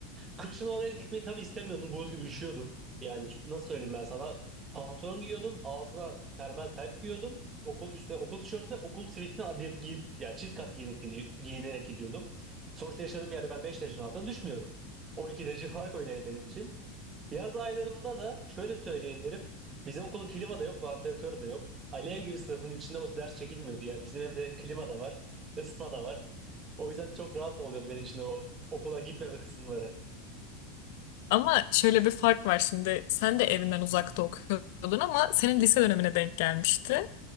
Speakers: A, on the right; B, on the left.
A: Kışın oraya gitmeyi tabii istemiyordum. Buz gibi üşüyordum. Yani şu- nasıl söyleyeyim ben sana? Pantolon giyiyordum. Altına termal tayt giyiyordum. Okul üstüne okul tişörtü ve okul sivitini bir giyip yani çift kat giyinerek, gidi- giyinerek gidiyordum. Sonuçta yaşadığım yerde ben 5 derecenin altına düşmüyorum. on iki derece fark oynuyor benim için. Yaz aylarında da şöyle söyleyebilirim. Bizim okulda klima da yok, vantilatör de yok. Alev gibi sınıfın içinde o ders çekilmiyordu. Yani bizim evde klima da var, ısıtma da var. O yüzden çok rahat oluyordu benim için o okula gitmeme kısımları.
B: Ama şöyle bir fark var şimdi. Sen de evinden uzakta okuyordun ama senin lise dönemine denk gelmişti.